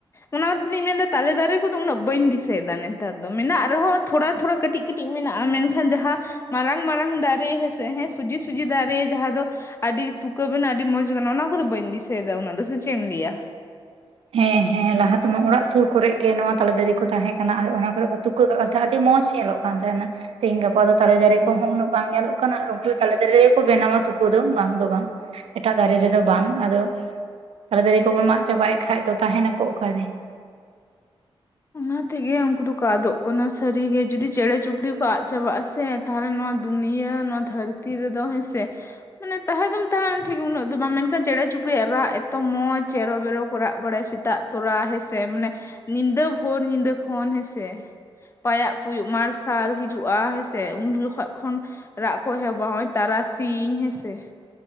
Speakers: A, on the left (about 30°); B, on the right (about 80°).
A: ᱚᱱᱟ ᱛᱮᱧ ᱢᱮᱱᱫᱟ ᱛᱟᱞᱮ ᱫᱟᱨᱮ ᱠᱚ ᱫᱚ ᱩᱱᱟᱹᱜ ᱵᱟᱹᱧ ᱫᱤᱥᱟᱹᱭᱮᱫᱟ ᱱᱮᱛᱟᱨ ᱫᱚ ᱢᱮᱱᱟᱜ ᱨᱮ ᱦᱚᱸ ᱛᱷᱚᱲᱟ ᱛᱷᱚᱲᱟ ᱠᱟᱹᱴᱤᱡ ᱠᱟᱹᱴᱤᱡ ᱢᱮᱱᱟᱜᱼᱟ ᱢᱮᱱᱠᱷᱟᱱ ᱡᱟᱦᱟᱸ ᱢᱟᱨᱟᱝ ᱢᱟᱨᱟᱝ ᱫᱟᱨᱮ ᱦᱮᱸᱥᱮ ᱦᱮᱸ ᱥᱩᱡᱤ ᱥᱩᱡᱤ ᱫᱟᱨᱮ ᱡᱟᱦᱟᱸ ᱫᱚ ᱟᱹᱰᱤ ᱛᱩᱠᱟᱹ ᱵᱮᱱᱟ ᱟᱹᱰᱤ ᱢᱚᱸᱡᱽ ᱜᱟᱱᱚᱜ-ᱟ ᱚᱱᱟ ᱠᱚ ᱫᱚ ᱵᱟᱹᱧ ᱫᱤᱥᱟᱹᱭᱮᱫᱟ ᱩᱱᱟᱹᱜ ᱫᱚ ᱥᱮ ᱪᱮᱫ ᱮᱢ ᱞᱟᱹᱭᱟ
B: ᱦᱮᱸ ᱦᱮᱸ ᱞᱟᱦᱟ ᱛᱮ ᱢᱟ ᱚᱲᱟᱜ ᱥᱩᱨ ᱠᱚ ᱨᱮ ᱜᱮ ᱱᱚᱣᱟ ᱛᱟᱞᱮ ᱫᱟᱨᱤ ᱠᱚ ᱛᱟᱦᱮᱸ ᱠᱟᱱᱟ ᱟᱨ ᱚᱱᱟ ᱠᱚᱨᱮ ᱠᱚ ᱛᱩ ᱠᱟᱹ ᱠᱟᱜ ᱛᱟᱦᱮᱸᱱᱟ ᱟᱹᱰᱤ ᱢᱚᱸᱡᱽ ᱧᱮᱞᱚᱜ ᱠᱟᱱ ᱛᱟᱦᱮᱸᱱᱟ ᱛᱮᱦᱤᱧ ᱜᱟᱯᱟ ᱫᱚ ᱛᱟᱞᱮ ᱫᱟᱨᱮ ᱠᱚᱦᱚᱸ ᱩᱱᱟᱹᱜ ᱵᱟᱝ ᱧᱮᱞᱚᱜ ᱠᱟᱱᱟ ᱩᱱᱠᱩ ᱛᱟᱞᱮ ᱫᱟᱨᱮ ᱨᱮ ᱠᱚ ᱵᱮᱱᱟᱣᱟ ᱛᱩᱠᱟᱹ ᱫᱚ ᱵᱟᱝ ᱫᱚ ᱵᱟᱝ ᱮᱴᱟᱜ ᱫᱟᱨᱮ ᱨᱮᱫᱚ ᱵᱟᱝ ᱟᱫᱚ ᱛᱟᱞᱮ ᱫᱟᱨᱮ ᱠᱚᱵᱚᱱ ᱢᱟᱜ ᱪᱟᱵᱟᱭᱮᱫ ᱠᱷᱟᱱ ᱟᱫᱚ ᱛᱟᱦᱮᱸᱱᱟᱠᱚ ᱚᱠᱟᱨᱮ
A: ᱚᱱᱟ ᱛᱮ ᱜᱮ ᱩᱱᱠᱩ ᱫᱚ ᱠᱚ ᱟᱫᱚᱜ ᱠᱟᱱᱟ ᱥᱟᱹᱨᱤ ᱜᱮ ᱡᱩᱫᱤ ᱪᱮᱬᱮ ᱪᱩᱯᱲᱤ ᱠᱚ ᱟᱫ ᱪᱟᱵᱟᱜ ᱟᱥᱮ ᱛᱟᱦᱚᱞᱮ ᱱᱚᱣᱟ ᱫᱩᱱᱤᱭᱟᱹ ᱱᱚᱣᱟ ᱫᱷᱟᱹᱨᱛᱤ ᱨᱮ ᱫᱚ ᱦᱮᱸ ᱥᱮ ᱢᱟᱱᱮ ᱛᱟᱦᱮᱸ ᱫᱚᱢ ᱛᱟᱦᱮᱸᱱᱟ ᱴᱷᱤᱠ ᱩᱱᱟᱹᱜ ᱫᱚ ᱵᱟᱝ ᱢᱮᱱᱠᱷᱟᱱ ᱪᱮᱬᱮ ᱪᱩᱯᱲᱤᱭᱟᱜ ᱨᱟᱜ ᱮᱛᱚ ᱢᱚᱸᱡᱽ ᱪᱮᱨᱚ ᱵᱮᱨᱚ ᱠᱚ ᱨᱟᱜ ᱵᱟᱲᱟᱭᱟ ᱥᱮᱛᱟᱜ ᱛᱚᱨᱟ ᱦᱮᱸᱥᱮ ᱢᱟᱱᱮ ᱧᱤᱫᱟᱹ ᱵᱷᱳᱨ ᱧᱤᱫᱟᱹ ᱠᱷᱚᱱ ᱦᱮᱸᱥᱮ ᱯᱟᱭᱟᱜ ᱯᱩᱭᱩᱜ ᱢᱟᱨᱥᱟᱞ ᱦᱤᱡᱩᱜᱼᱟ ᱦᱮᱸᱥᱮ ᱩᱱ ᱡᱚᱠᱷᱚᱱ ᱠᱷᱚᱱ ᱨᱟᱜ ᱠᱚ ᱮᱦᱚᱵᱟ ᱦᱚᱭ ᱛᱟᱨᱟ ᱥᱤᱧ ᱦᱮᱸᱥᱮ